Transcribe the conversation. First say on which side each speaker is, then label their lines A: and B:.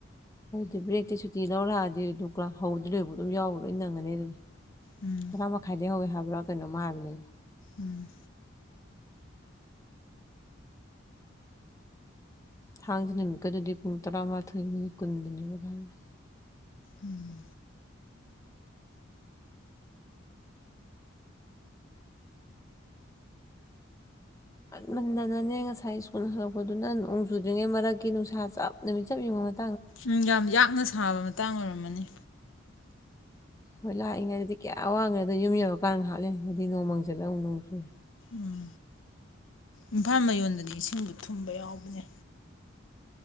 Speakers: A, on the left (about 15°); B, on the left (about 75°).
A: ꯍꯧꯇꯤ ꯕꯔꯦꯛꯇ ꯇꯤ ꯂꯧꯔꯛꯑꯗꯤ ꯑꯗꯨꯒ ꯍꯧꯗ꯭꯭ꯔꯦꯕꯨ ꯑꯗꯨꯝ ꯌꯥꯎꯕ ꯂꯣꯏ ꯅꯪꯉꯅꯤ ꯑꯗꯨꯗꯤ
B: ꯎꯝ
A: ꯇꯔꯥ ꯃꯈꯥꯏꯗꯩ ꯍꯋ ꯍꯥꯏꯕ ꯄꯨꯕ꯭ꯔꯥ ꯀꯩꯅꯣꯝꯃ ꯍꯥꯏꯕꯅꯦ
B: ꯎꯝ
A: ꯊꯥꯡꯖ ꯅꯨꯃꯤꯠꯀꯗꯨꯗꯤ ꯄꯨꯡ ꯇꯔꯥꯃꯥꯊꯣꯏ ꯃꯤꯅꯥꯠ ꯀꯨꯟꯗꯅꯦꯕ ꯍꯥꯏꯔꯤꯗꯣ
B: ꯎꯝ
A: ꯃꯟꯃꯟꯗꯅꯅꯦ ꯉꯁꯥꯏ ꯁ꯭ꯀꯨꯜ ꯍꯜꯂꯛꯄꯗꯨꯅ ꯅꯣꯡ ꯆꯨꯗ꯭ꯔꯤꯉꯩ ꯃꯔꯛꯀꯤ ꯅꯨꯡꯁꯥ ꯆꯞ ꯅꯨꯃꯤꯠ ꯆꯞ ꯌꯨꯡꯕꯥ ꯃꯥ
B: ꯎꯝ ꯌꯥꯝ ꯌꯥꯛꯅ ꯁꯥꯕ ꯃꯇꯥꯡ ꯑꯣꯏꯔꯝꯃꯅꯤ
A: ꯍꯣꯏ ꯂꯥꯛꯏꯉꯩꯗꯗꯤ ꯀꯌꯥ ꯋꯥꯡꯉꯦ ꯑꯗꯣ ꯌꯨꯝ ꯌꯧꯔꯀꯥꯟꯗ ꯍꯥꯠꯂꯦ ꯑꯗꯨꯗꯤ ꯅꯣꯡꯃꯪꯤꯠꯂ ꯑꯃꯨ ꯅꯣꯡ ꯆꯨꯔꯦ
B: ꯎꯝ ꯏꯝꯐꯥꯜ ꯃꯌꯣꯟꯗꯗꯤ ꯏꯁꯤꯡꯗꯨ ꯊꯨꯝꯕ ꯌꯥꯎꯕꯅꯦ